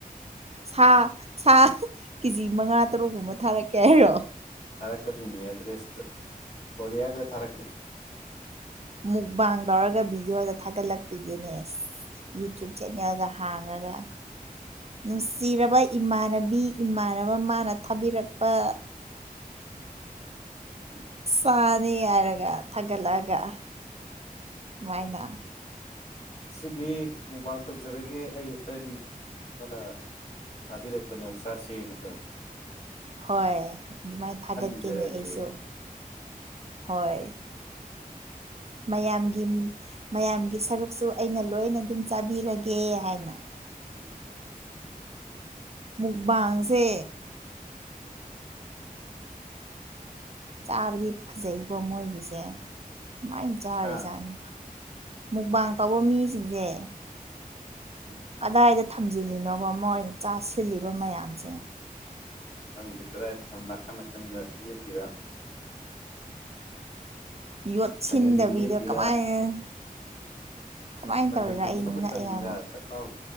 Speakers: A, on the right; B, on the left.
A: ꯁꯥ ꯁꯥ ꯀꯦꯖꯤ ꯃꯉꯥ ꯇꯔꯨꯛꯀꯨꯝꯕ ꯊꯥꯔꯛꯀꯦ ꯍꯥꯏꯔꯣ
B: ꯊꯥꯔꯛꯀꯗꯣꯏꯅꯦ ꯑꯦꯗ꯭ꯔꯦꯁꯇ ꯀꯣꯔꯤꯌꯥꯔꯗ ꯊꯥꯔꯛꯀꯦ
A: ꯃꯨꯛꯕꯥꯥꯡ ꯇꯧꯔꯒ ꯚꯤꯗꯤꯑꯣꯗ ꯊꯥꯒꯠꯂꯛꯄꯤꯒꯦꯅꯦꯁ ꯌꯨꯇꯨꯞ ꯆꯦꯅꯦꯜꯒ ꯍꯥꯡꯉꯒ ꯅꯨꯡꯁꯤꯔꯕ ꯏꯃꯥꯟꯅꯕꯤ ꯏꯃꯥꯟꯅꯕ ꯃꯥꯅ ꯊꯥꯕꯤꯔꯛꯄ
B: ꯎꯝ
A: ꯁꯥꯅꯤ ꯍꯥꯏꯔꯒ ꯊꯥꯒꯠꯂꯛꯑꯒ ꯀꯃꯥꯏꯅ
B: ꯉꯁꯤꯗꯤ ꯃꯨꯛꯕꯥꯡ ꯇꯧꯖꯔꯒꯦ ꯑꯩꯒꯤ ꯐ꯭ꯔꯦꯟ ꯑꯃꯅ ꯊꯥꯕꯤꯔꯛꯄꯅꯦ ꯑꯣꯛꯁꯁꯦꯅ ꯀꯣ
A: ꯍꯣꯏ ꯑꯗꯨꯃꯥꯏꯅ ꯊꯥꯒꯠꯀꯦꯅꯦ
B: ꯏꯟꯖꯔꯒꯦꯅ
A: ꯑꯩꯁꯨ ꯍꯣꯏ ꯃꯌꯥꯝꯒꯤ ꯃꯌꯥꯝꯒꯤ ꯁꯔꯨꯛꯁꯨ ꯑꯩꯅ ꯂꯣꯏꯅ ꯑꯗꯨꯝ ꯆꯥꯕꯤꯔꯒꯦ ꯀꯦ ꯍꯥꯏꯅ ꯃꯨꯛꯕꯥꯥꯡꯁꯦ ꯆꯥꯕꯗꯤ ꯐꯖꯩꯀꯣ ꯃꯣꯏꯒꯤꯁꯦ ꯀꯃꯥꯏꯅ ꯆꯥꯔꯤꯖꯥꯠꯅꯣ
B: ꯍꯥ
A: ꯃꯨꯛꯕꯥꯡ ꯇꯧꯕ ꯃꯤꯁꯤꯡꯁꯦ
B: <inaudible>
A: ꯀꯗꯥꯏꯗ ꯊꯝꯖꯤꯜꯂꯤꯅꯣꯕ ꯃꯣꯏꯅ ꯆꯥꯁꯤꯜꯂꯤꯕ ꯃꯌꯥꯝꯁꯦ
B: ꯈꯪꯗꯦ ꯀꯗꯥꯏꯗ ꯊꯝꯃꯤꯔ ꯅꯥꯀꯟ ꯅꯥꯀꯟꯗ ꯌꯦꯞꯄꯤꯔ
A: ꯌꯣꯠꯁꯤꯟꯗꯕꯤꯗ
B: ꯐꯩꯒꯟꯗ ꯌꯦꯠꯄꯤꯔꯥ
A: ꯀꯃꯥꯏꯅ ꯀꯃꯥꯏꯅ
B: ꯅꯪꯒꯟꯗ
A: ꯇꯧꯔꯤꯔꯥ ꯑꯩ
B: ꯌꯦꯞꯄ
A: ꯉꯛꯑꯦ
B: ꯇꯝꯃꯤꯔꯥ
A: ꯍꯥꯏꯕ
B: ꯆꯈꯥꯎ